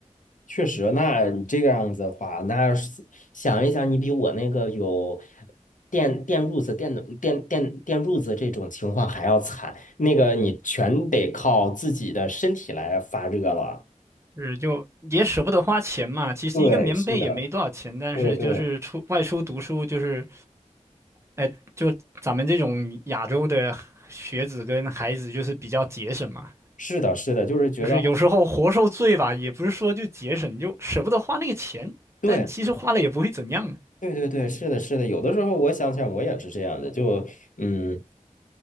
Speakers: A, on the left; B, on the right.
A: 确实，那你这个样子的话，那是想一想，你比我那个有电电褥子、电暖电电电褥子这种情况还要惨，那个你全得靠自己的身体来发热了。
B: 是，就也舍不得花钱嘛。其实一个棉被也没多少钱，
A: 对，是的，
B: 但是就是出外出读书，
A: 对对，
B: 就是，哎、就咱们这种亚洲的学子跟孩子，就是比较节省嘛。
A: 是的，是的，就是觉得，
B: 就是有时候活受罪吧，也不是说就节省，就舍不得花那个钱，但其实花了也不会怎样。
A: 对对对对，是的，是的，有的时候我想想，我也是这样的，就嗯。